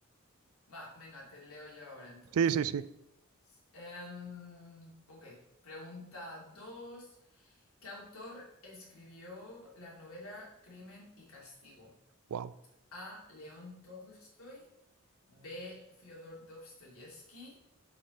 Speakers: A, on the left (about 80°); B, on the right (about 80°).
A: Va, venga, te leo yo ahora entonces.
B: Sí, sí, sí.
A: Em, ok, pregunta 2. ¿Qué autor escribió la novela Crimen y Castigo?
B: Wow.
A: A. León Tolstoy, B. Fyodor Dostoyevsky